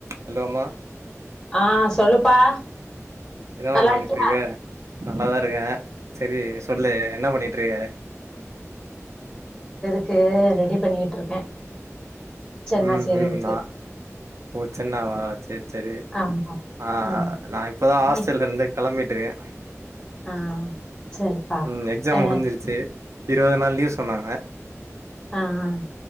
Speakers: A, on the right; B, on the left.
A: ஹலோ அம்மா
B: ஆஹ் சொல்லுப்பா
A: என்னமாபண்ணிட்டு
B: நல்லா இருக்கியா
A: இருக்க நல்லாதான் இருக்கேன் சரி சொல்லு என்ன பண்ணிட்டுருக்க
B: க்கு ரெடி பண்ணிட்டு இருக்கே சென்னா
A: ம்
B: செய்றதுக்கு
A: ம் நா ஓ சென்னாவா சரி சரி
B: ஆமா
A: ஆஹ்
B: ம்
A: நான் இப்பதான் ஹாஸ்டல்ல
B: ஏ,
A: இருந்துக்கம் கிளம்பிட்டுருக்கே
B: ஆ சரிப்பா
A: உம் எக்ஸாம்
B: அ
A: முடிஞ்சிருச்சு இருவது நாள் லீவ்சொ சொன்னாங்க
B: ஆஹ்ஹ்